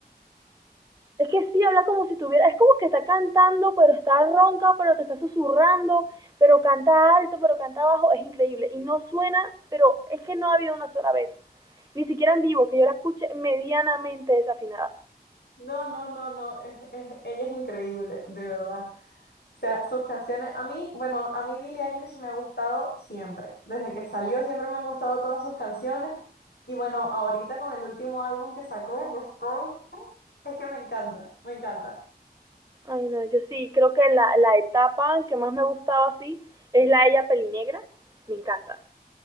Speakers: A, on the right; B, on the left.
A: Es que sí, habla como si tuviera, es como que está cantando, pero está ronca, pero te está susurrando, pero canta alto, pero canta bajo, es increíble. Y no suena, pero es que no ha habido una sola vez, ni siquiera en vivo, que yo la escuche medianamente desafinada.
B: No, no, no, no, es- es- ella es increíble, de verdad. O sea, sus canciones, a mí, bueno, a mí Billie Eilish me ha gustado siempre. Desde que salió siempre me han gustado todas sus canciones. Y bueno, ahorita con el último álbum que sacó, yo estoy... Es que me encanta, me encanta.
A: Ay, no, yo sí, creo que la, la etapa que más me gustaba así es la de ella pelinegra, me encanta.